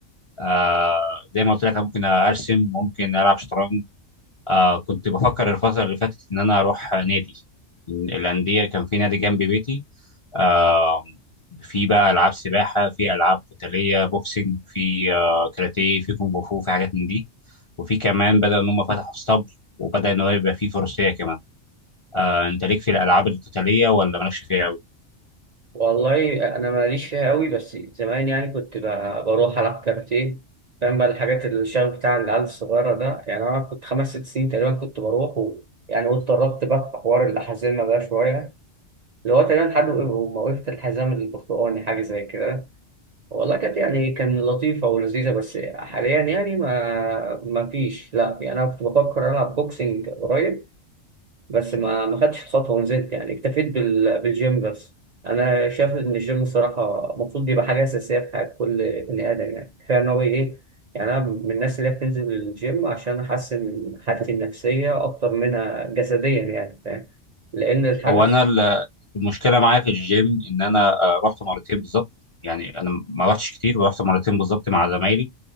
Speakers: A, on the left; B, on the right.
A: آه زي ما قلت لك أنا ممكن ارسم ممكن العب شطرنج آه كنت بفكر الفترة اللي فاتت إن أنا أروح نادي من الأندية كان في نادي جنب بيتي آه في بقى ألعاب سباحة في ألعاب قتالية بوكسينج في آه كاراتيه في كونغ فو في حاجات من دي وفي كمان بدأ إن هم فتحوا اسطبل وبدأ إن هو يبقى فيه فروسية كمان آه أنت ليك في الألعاب القتالية ولا مالكش فيها أوي؟
B: والله انا ماليش فيها قوي بس زمان يعني كنت ب- بروح العب كارتيه فاهم بقى الحاجات الشغف بتاع العيال الصغيره ده يعني انا كنت خمس ست سنين تقريبا كنت بروح و... يعني قلت قربت بقى في حوار الحزام ده شويه اللي هو تقريبا لحد ما وقفت الحزام البرتقاني حاجه زي كده والله كانت يعني كان لطيفة ولذيذة بس حاليا يعني ما ما فيش لا يعني أنا كنت بفكر ألعب بوكسنج قريب بس ما ما خدتش الخطوة ونزلت يعني اكتفيت بال... بالجيم بس أنا شايف إن الجيم الصراحة المفروض يبقى حاجة أساسية في حياة كل بني آدم يعني كفاية إن هو إيه يعني أنا من الناس اللي هي بتنزل الجيم عشان أحسن حالتي النفسية أكتر منها جسديا يعني فاهم لأن الحال
A: هو
B: النفسي
A: أنا ال- المشكلة معايا في الجيم إن أنا آه رحت مرتين بالظبط يعني أنا ما رحتش كتير ورحت مرتين بالظبط مع زمايلي